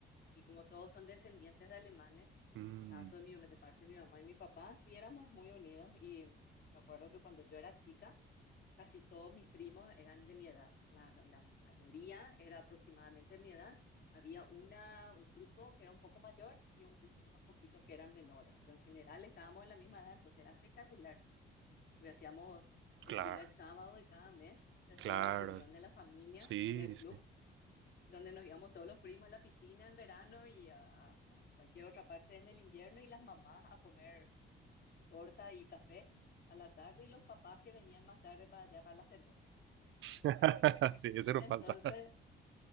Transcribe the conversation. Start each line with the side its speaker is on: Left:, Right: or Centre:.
Left: Y como todos son descendientes de alemanes,
Right: mm,
Left: tanto de, mi, de parte de mi mamá y mi papá, sí éramos muy unidos. Y me acuerdo que cuando yo era chica, Casi todos mis primos eran de mi edad, la, la mayoría era aproximadamente mi edad. Había una, un grupo que era un poco mayor y un gru- unos poquitos que eran menores, pero en general estábamos en la misma edad, entonces era espectacular. Pues hacíamos el
Right: claro,
Left: primer sábado de cada mes, se hacía
Right: claro,
Left: la reunión de la familia
Right: sí,
Left: en el club,
Right: sí.
Left: donde nos íbamos todos los primos a la piscina en verano y a, a a cualquier otra parte en el invierno y las mamás a comer torta y café a la tarde y los papás que venían más tarde para allá para la cerveza, ¿verdad?
Right: <laughs> Sí, ese nos
Left: Entonces,
Right: falta.